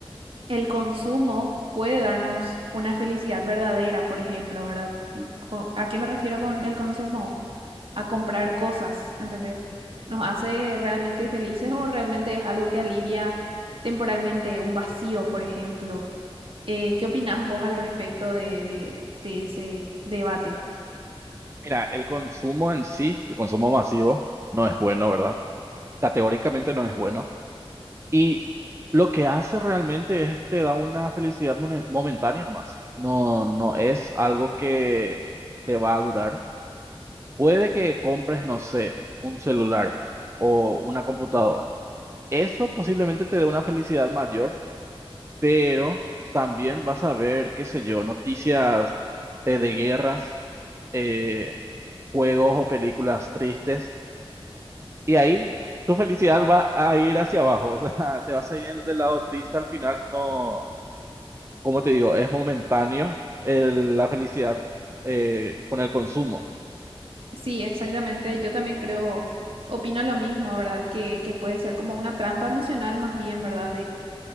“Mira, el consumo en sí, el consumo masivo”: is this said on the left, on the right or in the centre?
Right